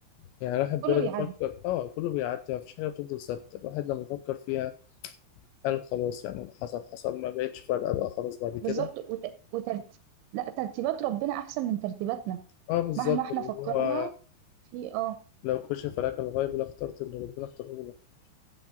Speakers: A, on the left; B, on the right.
A: يعني الواحد
B: كله
A: بيقعد
B: بيعدي
A: يفكر اه كله بيعدي مفيش حاجة بتفضل ثابتة الواحد لما يفكر فيها قال خلاص يعني اللي حصل حصل ما بقتش فارقة بقى خلاص بعد كده
B: بالظبط وت... وترت... لا ترتيبات ربنا أحسن من ترتيباتنا
A: اه بالظبط
B: مهما احنا
A: اللي
B: فكرنا
A: هو
B: في اه
A: لو كشف لك الغيب لاخترت اللي ربنا اختاره لك